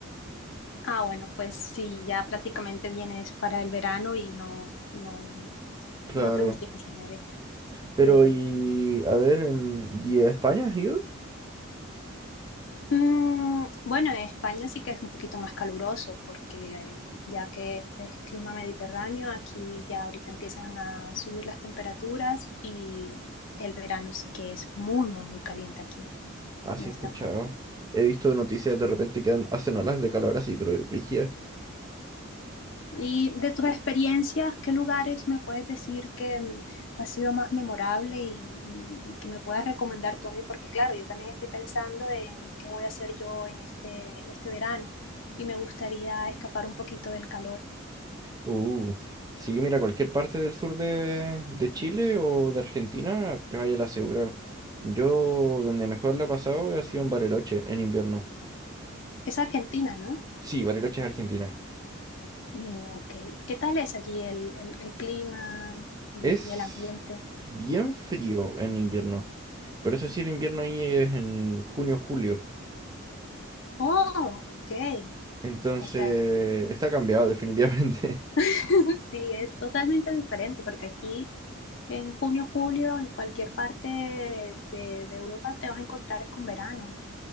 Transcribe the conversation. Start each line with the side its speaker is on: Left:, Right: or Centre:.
Left: Ah, bueno, pues sí, ya prácticamente vienes para el verano y no, no, no
Right: claro.
Left: no tendrías nieve.
Right: Pero
Left: Eh,
Right: y a ver, em, ¿y a España has ido?
Left: Mm, bueno, en España sí que es un poquito más caluroso porque eh, ya que este es clima mediterráneo, aquí ya ahorita empiezan a subir las temperaturas y el verano sí que es muy, muy, muy caliente aquí
Right: Ah,
Left: en
Right: sí,
Left: esta
Right: he escuchado.
Left: parte.
Right: He visto noticias de repente que han- hacen olas de calor así, pero brígidas.
Left: Y de tus experiencias, ¿qué lugares me puedes decir que mm, ha sido más memorable y, y- y que me puedas recomendar tú a mí? Porque claro, yo también estoy pensando en qué voy a hacer yo en este, en este verano y me gustaría escapar un poquito del calor.
Right: Uh, sí, mira, cualquier parte del sur de, de Chile o de Argentina, te vaya a la segura. Yo donde mejor la he pasado ha sido en Bariloche en invierno.
Left: Es Argentina, ¿no?
Right: Sí, Bariloche es Argentina.
Left: Eh, ok. ¿Y ¿Qué tal es allí el, el- el clima y
Right: Es
Left: el ambiente?
Right: bien frío en invierno. Pero eso sí, el invierno ahí es en junio, julio.
Left: Oh, ok.
Right: Entonces,
Left: O sea,
Right: está cambiado definitivamente.
Left: <laughs>
Right: <laughs>
Left: sí, es totalmente diferente porque aquí en junio, julio, en cualquier parte de, de Europa te vas a encontrar es con verano.